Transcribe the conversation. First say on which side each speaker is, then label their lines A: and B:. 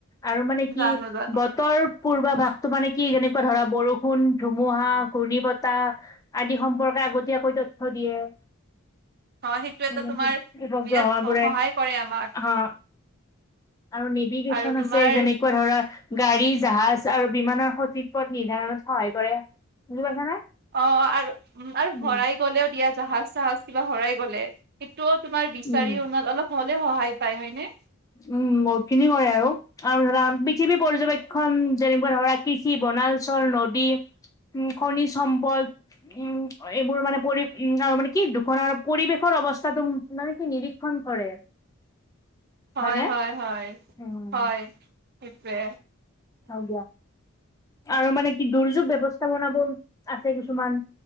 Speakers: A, on the left; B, on the right.
A: আৰু মানে কি?
B: জানো জানো
A: বতৰ পূৰ্বাভাসটো মানে কি? কি যেনেকুৱা ধৰা বৰষুণ, ধুমুহা, ঘূৰ্ণী বতাহ আদি সম্পৰ্কে আগতীয়াকৈ তথ্য দিয়ে। দিয়ে।
B: অ সেইটো
A: মানে
B: এটা তোমাৰ
A: কি গ্ৰহৰ
B: বিৰাট
A: বোৰে
B: সহায় কৰে আমাক
A: আহ। আৰু নেভিগেচন
B: আৰু তোমাৰ
A: আছে যেনেকুৱা ধৰা গাড়ী জাহাজ আৰু বিমানৰ স ই পথ নিৰ্ধাৰণত সহায় কৰে বুজি পাইছা নে?
B: অ আৰু উ আৰু
A: উম,
B: হৰাই গলেও দিয়া জাহাজ তাহাজ কিবা হৰাই গলে সেইটো তোমাৰ বিচাৰি
A: উম,
B: অনাত অলপ হ'লে সহায় পায় হয়নে?
A: উম বহুত খিনি কৰে আৰু আৰু ধৰা পৃথিৱী পৰ্যবেক্ষণ যেনেকুৱা ধৰা কৃষি ব বনাচল নদী, উ খনিজ সম্পদ। উম এইবোৰ মানে পৰি উম আৰু মানে কি দুখ পৰিৱেশৰ অৱস্থাটো মানে কি নিৰীক্ষণ কৰে।
B: হয়
A: হয়নে?
B: হয় হয়
A: উম,
B: হয় সেইটোৱে।
A: হক দিয়া। আৰু মানে কি দুৰ্যোগ ব্যৱস্থাপনাবোৰ আছে। কিছুমান।